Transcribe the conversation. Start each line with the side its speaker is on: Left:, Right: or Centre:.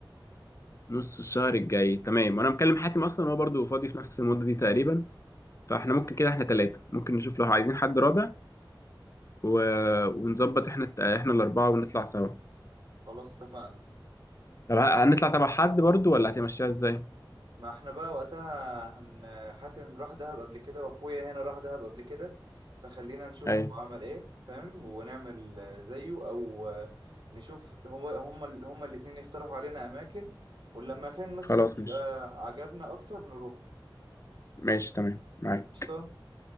Left: نص الشهر الجاي تمام وانا مكلم حاتم اصلا هو برضو فاضي في نفس المده دي تقريبا فاحنا ممكن كده احنا ثلاثه ممكن نشوف لو عايزين حد رابع و... ونظبط احنا الت- احنا الاربعه ونطلع سوا
Right: خلاص اتفقنا
Left: طب ه- هنطلع تبع حد برضو ولا هتمشيها ازاي
Right: ما احنا بقى وقتها هن حاتم راح دهب قبل كده واخويا هنا راح دهب قبل كده فخلينا نشوف
Left: اي
Right: هو عمل ايه فاهم ونعمل آه، زيه او آه، نشوف هو هما ال- هما الاتنين يقترحوا علينا اماكن ولما كان مثلا
Left: خلاص
Right: يبقى
Left: ماشي
Right: عجبنا اكتر نروح
Left: ماشي تمام معاك
Right: قشطة